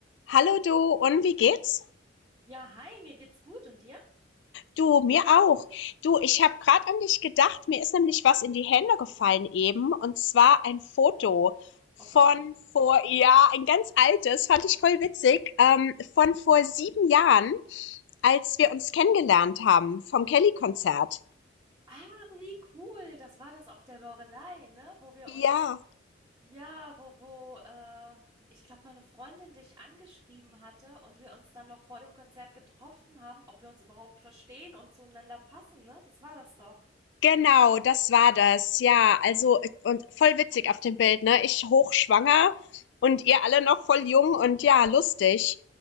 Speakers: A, on the left (about 65°); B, on the right (about 15°).
A: Hallo du, und wie geht's?
B: Ja, hi, mir geht's gut und dir?
A: Du, mir auch. Du, ich habe gerade an dich gedacht. Mir ist nämlich was in die Hände gefallen eben. Und zwar ein Foto von
B: Oh Gott.
A: vor, ja, ein ganz altes, fand ich voll witzig, ähm, von vor sieben Jahren, als wir uns kennengelernt haben vom Kelly-Konzert.
B: Ah, wie cool. Das war das auf der Loreley, ne? Wo wir
A: Ja.
B: uns, ja, wo, wo, äh, ich glaube, meine Freundin dich angeschrieben hatte und wir uns dann noch vor dem Konzert getroffen haben, ob wir uns überhaupt verstehen und zueinander passen, ne? Das war das doch.
A: Genau, das war das, ja. Also, äh, und voll witzig auf dem Bild, ne? Ich hochschwanger und ihr alle noch voll jung und ja, lustig.